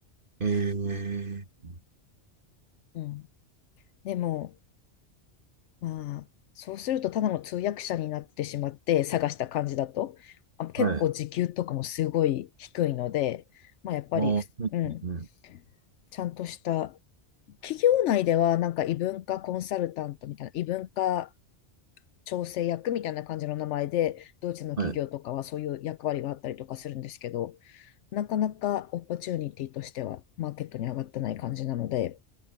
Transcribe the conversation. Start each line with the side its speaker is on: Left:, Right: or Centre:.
Right: ええー、
Left: うん、でもまあ、そうするとただの通訳者になってしまって探した感じだと、あ、結構時給とかもすごい低いので、
Right: はい。ああ、
Left: まあやっぱり、
Right: そうですね。
Left: ふうん、ちゃんとした企業内ではなんか異文化コンサルタントみたいな、異文化調整役みたいな感じの名前で、ドイツの企業とかはそういう役割があったりとかするんですけど、
Right: はい。
Left: なかなかオポチュニティとしてはマーケットに上がってない感じなので、